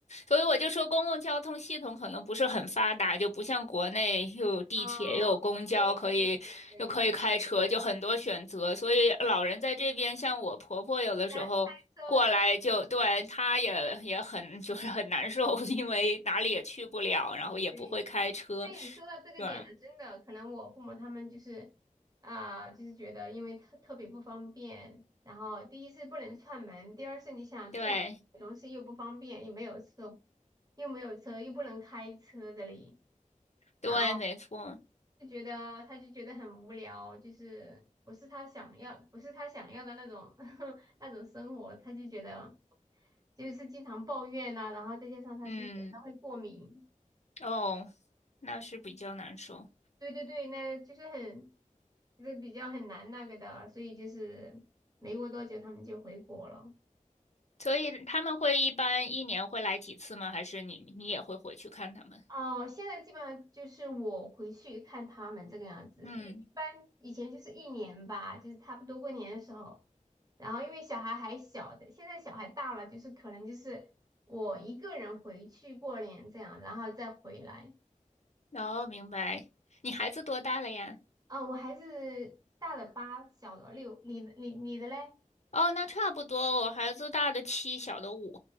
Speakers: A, on the left (about 55°); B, on the right (about 30°).
A: 所以我就说公共交通系统可能不是很发达，就不像国内又有地铁又有公交，
B: 哦，对对对对对对，
A: 可以又可以开车，就很多选择。所以老人在这边，像我婆婆有的时候过来就，
B: 虽然开车是
A: 对，她也也很 <laughs> 就是很难受，<laughs> 因为哪里也去不了，
B: 不一
A: 然后也不会开车，
B: 对，对你说到这个点了，
A: 对
B: 真的，可能我父母他们就是啊、就是觉得因为特特别不方便，然后第一是不能串门，第二是你想去哪买东西又不方便，
A: 对
B: 又没有车，又没有车，又不能开车这里。
A: 对，
B: 然后。
A: 没错，
B: 就觉得他就觉得很无聊，就是不是他想要，不是他想要的那种 <laughs> 那种生活，他就觉得就是经常抱怨呐、然后再加上他自己本身会过敏，
A: 嗯，哦，那是比较难受。
B: 对对对，那就是很就是比较很难那个的，所以就是没过多久他们就回国了。
A: 所以他们会一般一年会来几次吗？还是你你也会回去看他们？
B: 哦，现在基本上就是我回去看他们这个样子，
A: 嗯，
B: 一一般以前就是一年吧，就是差不多过年的时候，然后因为小孩还小的，现在小孩大了，就是可能就是我一个人回去过年这样，然后再回来。
A: 哦，明白。你孩子多大了呀？
B: 啊、我孩子大的八，小的六，你的你你的嘞？
A: 哦，那差不多，我孩子大的七，小的五，